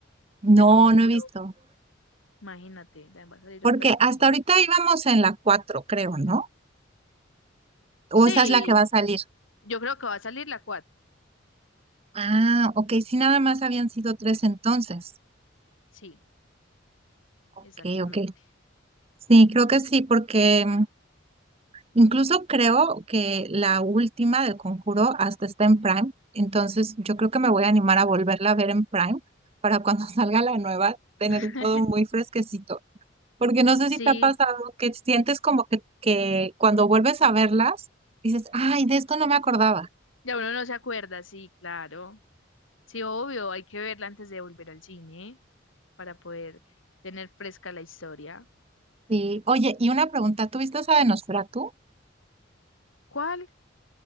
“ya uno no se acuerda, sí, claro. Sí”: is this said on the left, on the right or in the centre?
Left